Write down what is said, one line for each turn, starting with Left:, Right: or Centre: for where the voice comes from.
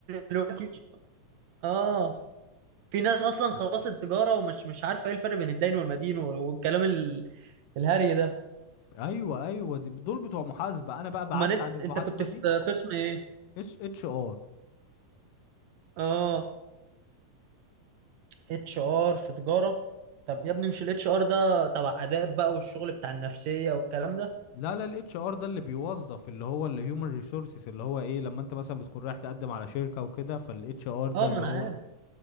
Right: دلوقتي اه في ناس اصلا خلاص التجاره ومش مش عارفه ايه الفرق بين الداين والمدين وال- والكلام ال... الهري ده
Left: ايوه ايوه دي دول بتوع محاسبة انا بقى بعدت
Right: امال انت
Left: عن المحاسبة
Right: انت كنت
Left: دي
Right: في قسم ايه
Left: اتش اتش ار
Right: اه اتش ار في تجاره طب يا ابني مش الاتش ار ده تبع اداب بقى والشغل بتاع النفسيه والكلام ده
Left: لا لا الاتش ار ده اللي بيوظف اللي هو اللي هيومن ريسورسز اللي هو ايه لما انت مثلا بتكون رايح تقدم على شركة وكده فالاتش ار ده
Right: اه
Left: اللي
Right: ما انا
Left: هو
Right: عارف